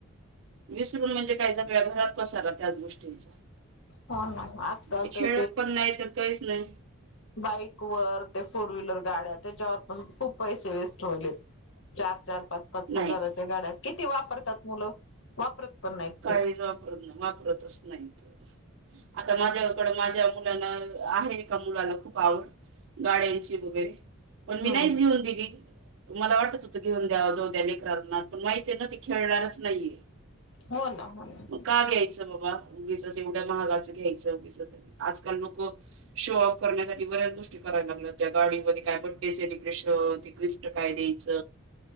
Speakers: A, on the right (about 60°); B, on the left (about 60°).
A: विसरून म्हणजे काय सगल्या घरात पसारा त्याच गोष्टींचा
B: हो ना आजकाल
A: ते खेळत
B: तर
A: पण नाही त काहीच नाही.
B: बाईक वर ते फोर व्हीलर गाड्या त्याच्यावर पण खूप पैसे वेस्ट व्हावेत. चार चार पाच पाच हजाराच्या
A: नाही
B: गाड्यात किती वापरतात मुलं. वापरत पण नाहीत
A: काहीच
B: ते
A: वापरत नाही वापरतच नाहीत. आता माझ्याकडं माझ्या मुलांना आहे एका मुलाला खूप आवड. गाड्यांची वगैरे पण मी
B: हम्म
A: नाहीच घेऊन दिली. मला वाटत होतं घेऊन द्यावा. जाऊ द्या लेकराणा पण माहिती आहे ना ती खेळणारच नाहीये.
B: हो ना हो ना
A: मग का घ्यायचं बाबा. उगीचच एवढ्या महागाचं घ्यायचं उगीच आजकाल लोक शोऑफ करण्यासाठी बऱ्याच गोष्टी करायला लागल्या त्या गाडीमध्ये काय बर्डे सेलिब्रेशन ते गिफ्ट काय द्यायच.